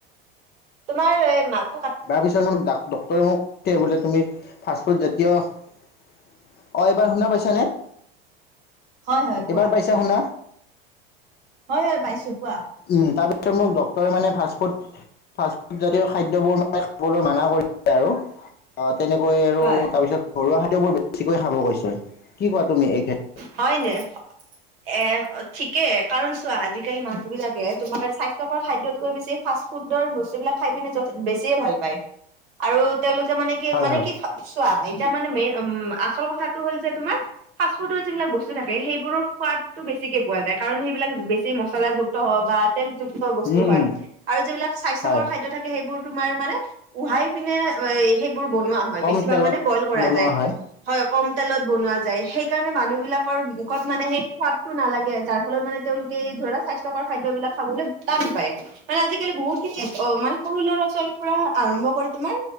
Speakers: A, on the right (about 70°); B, on the left (about 35°).
A: তোমাৰ এ মাত
B: তাৰ পিছত মোক ডক্তৰে মোক ক'লে বোলে তুমি ফাষ্ট ফুড জাতীয় অ এইবাৰ শুনা পাইছা নে
A: হয় হয় কোৱা
B: এইবাৰ পাইছা শুনা?
A: হয় হয় পাইছো কোৱা।
B: উম তাৰপিছত মোক ডক্তৰে মানে ফাষ্টফুড ফাষ্টফুডজাতীয় খাদ্যবোৰ মানে খাবলৈ মানা কৰিছে আৰু। অ' তেনেকৈ আৰু
A: হয়
B: তাৰপিছত ঘৰুৱা খাদ্যবোৰ বেছিকৈ খাব কৈছে। কি কোৱা তুমি এই ক্ষেত্ৰত
A: হয় নে? এ ঠিকে, কাৰণ চোৱা আজিকালি মানুহ বিলাকে তোমাৰ স্বাস্থকৰ খাদ্যতকৈ বেছি ফাষ্ট ফুডৰ বস্তুবিলাক খাই পিনে বেছিয়ে ভাল পায়। আৰু তেওঁলোকে মানে কি
B: হয়
A: মানে
B: হয়
A: কি চোৱা এতিয়া মানে মেইন উ আচল কথাটো হ'ল যে তোমাৰ ফাষ্টফুডৰ যিবিলাক বস্তু থাকে সেইবোৰত সোৱাদটো বেছিকে পোৱা যায়। কাৰণ সেইবিলাক বেছি মছলাযুক্ত হয় বা তেল যুক্ত বস্তু
B: উম
A: হয়,
B: উম
A: আৰু যিবিলাক স্বাস্থকৰ
B: হয়
A: খাদ্য থাকে সেইবোৰ তোমাৰ মানে উহাই পিনে সেইবোৰ বনোৱা হয়,
B: কম
A: বেছিভাগ
B: তেলত
A: মানে বইল কৰা
B: বনোৱা
A: যায়
B: হয়
A: হয়, কম তেলত বনোৱা যাই। সেই সেইকাৰণে মানুহ বিলাকৰ মুখত মানে সেই সোৱাদটো নালাগে, যাৰ ফলত মানে তেওঁলোকে ধৰা স্বাস্থ্যকৰ খাদ্যবিলাক খাবলৈ টান পায়, মানে আজিকালি বহুত খিনি অ, মানে সৰু ল'ৰা-ছোৱালীৰ পৰা আৰম্ভ কৰি তোমাৰ